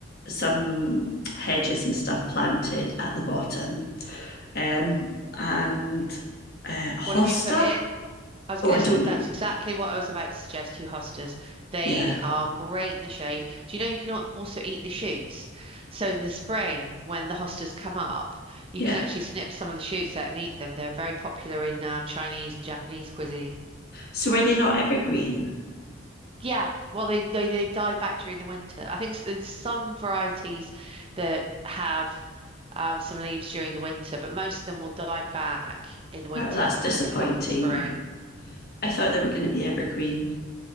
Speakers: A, on the left (about 50°); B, on the right (about 25°).
A: some hedges and stuff planted at the bottom. Um, and uh, hosta.
B: What have you put in? I was going
A: Oh, I
B: to,
A: don't.
B: that's exactly what I was about to suggest to you, hostas. They
A: Yeah,
B: are great in the shade. Do you know you can al- also eat the shoots? So in the spring, when the hostas come up, you
A: yeah.
B: can actually snip some of the shoots out and eat them. They're very popular in um, Chinese and Japanese cuisine.
A: So were they not evergreen?
B: Yeah, well, they, they they die back during the winter. I think s- there's some varieties that have um, some leaves during the winter, but most of them will die back in the winter
A: Oh, that's disappointing.
B: and then come back in the spring.
A: I thought they were going to be evergreen.